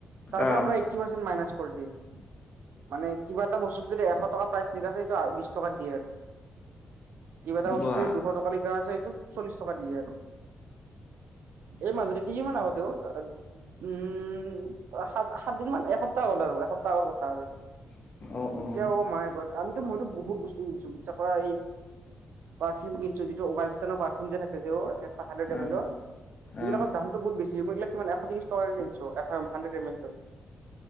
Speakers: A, on the right; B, on the left.
A: তাৰ
B: অ'
A: পৰা পৰা এ ই। টি মাইনাচ কৰি দে মানে কিবা এটা বস্তু যদি এশ টকা প্ৰাই চিধা চিধি সটো বিশ টকা দিয়ে আৰু কিবা এটা বস্তু
B: বোৱা
A: দুশ টকা লিখা আছে এইটো চল্লিশ টকা দিয়ে আৰু এই মাজতে কেইদিনমান আগতে অ উম সাত সাতদিন মান এসপ্তাহত আৰু এসপ্তাহৰ কথা আৰু
B: অ' অ'
A: এতিয়াও মায়ে ঘৰত আমিতো মইতো বহুত বস্তুছো বিশ্বাস কৰা এই পাৰফিউম কিন্তু যিটো উগালিস্তানৰ পাৰফিম যে থাকে যে
B: অ'
A: ম এইবিলাকৰ
B: অ'
A: দামতো বহুত বেছি যিবিলাক মানে এশ ত্ৰিশ টকাকে কিনিছো এশ হাণ্ডাৰেদ এমেলটো